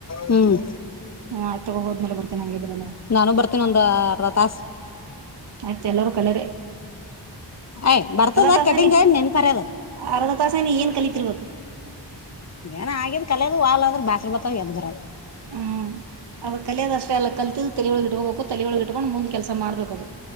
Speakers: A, on the left; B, on the right.
A: ಹ್ಮ್
B: ಹಾ ತಗೋ ಹೋದ್ಮೇಲೆ ಬರ್ತೇನೆ ಹಂಗಿದ್ರಲ್ಲ
A: ನಾನು ಬರ್ತೀನಿ ಒಂದ್ ಅರ್ಧ ತಾಸ
B: ಆಯ್ತು ಎಲ್ಲರೂ ಕಲರೆ
A: ಆಯ್ ಬರ್ತದ
B: ತಾಸೇನಿ
A: ಕಟಿಂಗ ನೆನ್ಪರ್ಯದ
B: ಅರ್ಧ ತಾಸೇನ ಏನ್ ಕಲಿತಿರ್ಬೇಕು
A: ಏನ ಆಗಿದ್ ಕಲದ್ ವಾಲ್ ಅಂದ್ರೆ ಬ್ಯಾಸ್ರ ಬತಾವ ಎದ್ ಬರ
B: ಹ್ಮ್ ಅವ ಕಲಿಯೋದಷ್ಟೇ ಅಲ್ಲ ಕಲ್ತಿದ್ದ್ ತಲಿಯೊಳಗೆ ಇಡ್ಕೋಬೇಕು ತಲಿಯೊಳಗೆ ಕಟ್ಕೊಂಡು ಮುಂದ ಕೆಲಸ ಮಾಡ್ಬೇಕು ಅದು